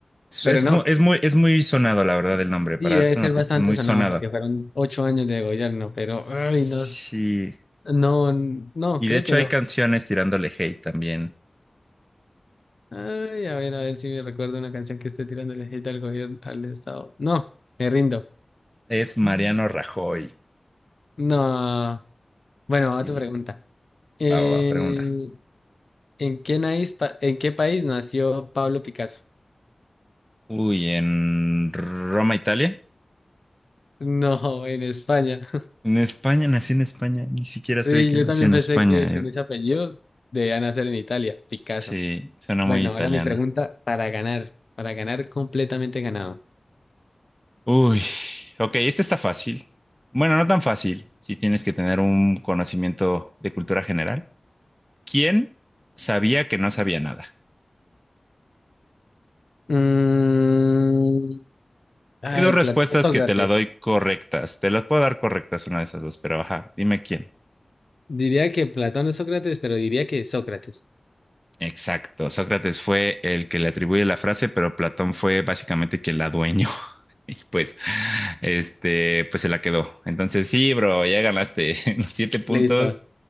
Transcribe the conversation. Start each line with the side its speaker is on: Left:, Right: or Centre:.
Centre: Es,
Left: Pero
Centre: es
Left: no,
Centre: mu- es muy, es muy sonado, la verdad, el nombre. Para
Left: sí,
Centre: darte
Left: debe ser
Centre: una
Left: bastante
Centre: pista, es muy
Left: sonado
Centre: sonado.
Left: porque fueron ocho años de gobierno, pero,
Centre: Sí.
Left: ay, no. No, n- no,
Centre: Y
Left: creo
Centre: de hecho
Left: que no.
Centre: hay canciones tirándole hate también.
Left: Ay, a ver, a ver si me recuerdo una canción que esté tirándole hate al gobierno, al Estado. No, me rindo.
Centre: Es Mm. Mariano Rajoy.
Left: No. Bueno,
Centre: Sí,
Left: a tu pregunta.
Centre: bro.
Left: Eh,
Centre: Va, va, va, pregunta.
Left: ¿en qué naiz pa- en qué país nació Pablo Picasso? <laughs>
Centre: Uy, ¿en Roma, Italia?
Left: No, en España. <laughs>
Centre: En España, nació en España. Ni siquiera
Left: Sí,
Centre: sabía que
Left: yo
Centre: nació
Left: también
Centre: en
Left: pensé
Centre: España.
Left: que con ese apellido debía nacer en Italia, Picasso.
Centre: Sí, suena
Left: Bueno,
Centre: muy italiano.
Left: ahora mi pregunta para ganar, para ganar completamente ganado.
Centre: Uy, ok, este está fácil. Bueno, no tan fácil, si tienes que tener un conocimiento de cultura general. ¿Quién sabía que no sabía nada?
Left: Mm, ay,
Centre: Hay dos respuestas
Left: Platón Sócrates.
Centre: que te la doy correctas. Te las puedo dar correctas una de esas dos, pero ajá, dime quién.
Left: Diría que Platón es Sócrates, pero diría que Sócrates.
Centre: Exacto, Sócrates fue el que le atribuye la frase, pero Platón fue básicamente quien la adueñó. <laughs> Y pues, este, pues se la quedó. Entonces, sí, bro, ya ganaste <laughs> los siete puntos.
Left: Listo,